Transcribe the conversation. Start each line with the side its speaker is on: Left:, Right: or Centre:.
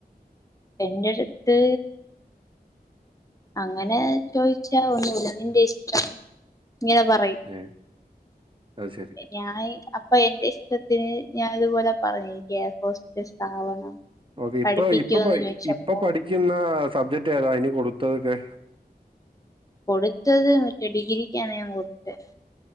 Left: എന്റെ അടുത്ത് അങ്ങനെ ചോദിച്ചാ ഒന്നൂല നിന്റെ ഇഷ്ടം ഇങ്ങനെ പറയിം
Right: ഏഹ് അത് ശരി
Left: ഞായി അപ് പ്പൊ എന്റെ ഇഷ്ടത്തിന് ഞാൻ ഇതുപോലെ പറഞ്ഞ് എനിക്ക് എയർ ഹോസ്റ്റസ് ആവണം
Right: ഓക്കെ ഇപ്പൊ
Left: പഠിപ്പിക്കുമോന്ന്
Right: ഇപ്പൊ
Left: ചോദിച്ചപ്പോ
Right: ഇപ്പൊ പഠിക്കുന്ന സബ്ജക്റ്റ് ഏതാ അതിന് കൊടുത്തതൊക്കെ
Left: കൊടുത്തത് മറ്റേ ഡിഗ്രിക്കാണ് ഞാൻ കൊടുത്തെ